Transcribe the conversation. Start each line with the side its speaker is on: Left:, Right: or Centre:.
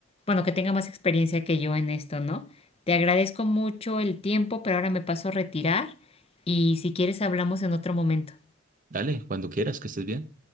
Left: bueno, que tenga más experiencia que yo en esto, ¿no? Te agradezco mucho el tiempo, pero ahora me paso a retirar y si quieres hablamos en otro momento.
Right: Dale, cuando quieras, que estés bien.